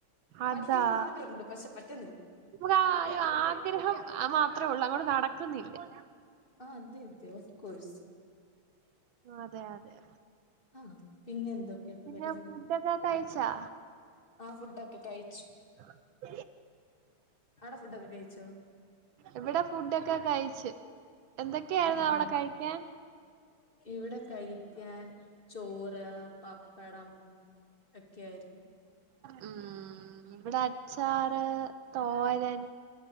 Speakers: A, on the right; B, on the left.
A: അതാ
B: പഠിക്കണംന്ന് ആഗ്രഹഉണ്ട്. പക്ഷെ പറ്റുന്നില്ല.
A: നമുക്ക് അഒരു ആഗ്രഹം മാത്ര അത്രേള്ളൂ അങ്ങോട് നടക്കുന്നില്ല
B: ആഹ് അതെ അതെ ഓഫ് കോഴ്സ്
A: അതെ അതെതെ
B: ആഹ് പിന്നെ എന്തൊക്കെയുണ്ട്
A: പിന്നെ
B: പരിപാടി
A: ഫുഡ് കഴ്ച്ചാ
B: ആ ഫുഡൊക്കെ കഴി
A: <inaudible>
B: അവിടെ ഫുഡൊക്കെ കഴിച്ചോ
A: ഇവിടെ ഫുഡൊക്കെ കഴിച്ച്. എന്തൊക്കെ അയിരുന്നു
B: ആഹ്
A: അവിടെ കഴിക്കാൻ?
B: ഇവിടെ കഴിക്കാൻ ചോറ് പപ്പടം ക്കെ ആയിരുന്നു
A: ഉം ഇവിടെ അച്ചാറ് തോരൻ